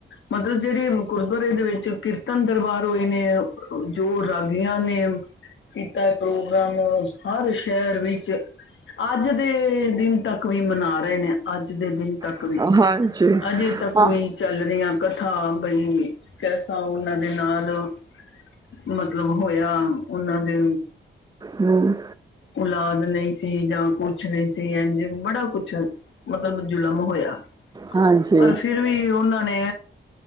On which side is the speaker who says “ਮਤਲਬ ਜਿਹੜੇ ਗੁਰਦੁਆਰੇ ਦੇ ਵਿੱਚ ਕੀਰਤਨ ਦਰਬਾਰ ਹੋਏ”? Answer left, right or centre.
Left